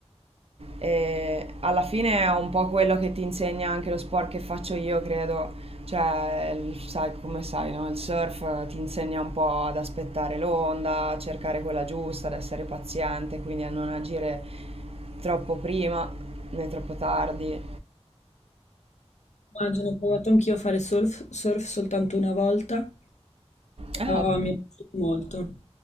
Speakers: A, on the right; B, on the left.
A: E alla fine è un po' quello che ti insegna anche lo sport che faccio io, credo. Cioè, il- sai come sai, no? Il surf eh, ti insegna un po' ad aspettare l'onda, a cercare quella giusta, ad essere paziente, quindi a non agire troppo prima né troppo tardi.
B: Immagino, ho provato anch'io a fare surf, surf soltanto una volta,
A: Ah,
B: però
A: ok.
B: mi è piaciuto molto.